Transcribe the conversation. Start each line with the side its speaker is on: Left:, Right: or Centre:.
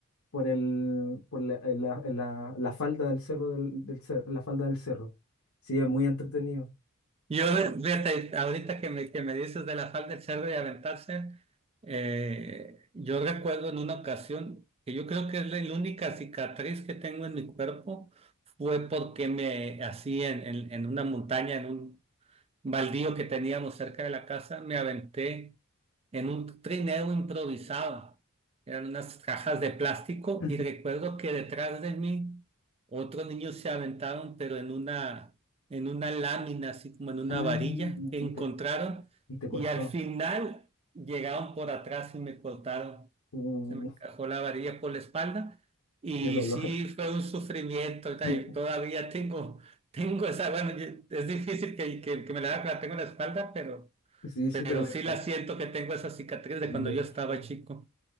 Left: por el, por la, en la, en la- la falda del cerro del, del cer- la falda del cerro. Sí, es muy entretenido.
Right: Yo, fíjate, ahorita que me, que me dices de la falda del cerdo y aventarse, eh, yo recuerdo en una ocasión que yo creo que es la, la única cicatriz que tengo en mi cuerpo fue porque me hacían en, en una montaña, en un baldío que teníamos cerca de la casa, me aventé en un trineo improvisado. Eran unas cajas de plástico
Left: <laughs>
Right: y recuerdo que detrás de mí otros niños se aventaron, pero en una, en una lámina, así como en una
Left: Ah,
Right: varilla que
Left: y
Right: encontraron
Left: te, y te
Right: y
Left: cortó.
Right: al final llegaron por atrás y me cortaron
Left: Uh,
Right: se me encajó la varilla por la espalda y
Left: qué dolor.
Right: sí fue un sufrimiento o sea,
Left: <laughs>
Right: y todavía tengo, tengo esa, bueno, yo- es difícil que, que, que me la, la tengo en la espalda, pero,
Left: Sí, sí,
Right: pero
Left: pero me,
Right: sí la siento que tengo esa cicatriz de
Left: me
Right: cuando
Left: lo imagino.
Right: yo estaba chico,